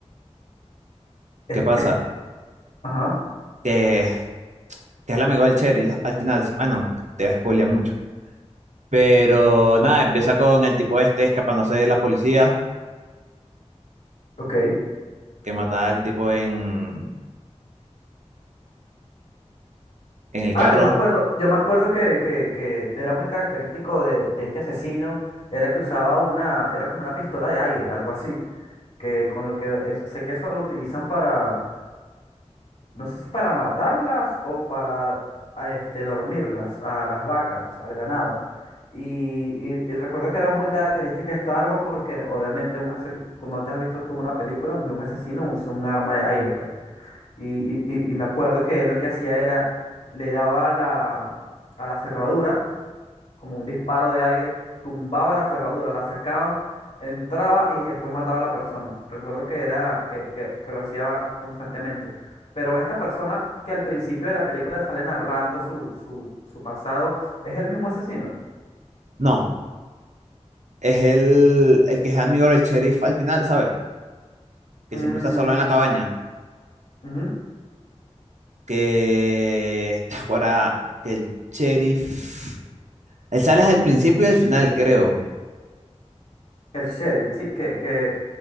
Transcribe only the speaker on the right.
¿Qué pasa?
que que es el amigo del Cheryl, al final, bueno, te spoilea mucho. Pero nada, empieza con el tipo este escapándose de la policía,
que mata al tipo en, en el
carro.
No, es el, el que es amigo del sheriff al final, ¿sabes? Que
siempre está solo en la cabaña.
Que <sighs> ahora que el sheriff. Él sale al principio y al final, creo.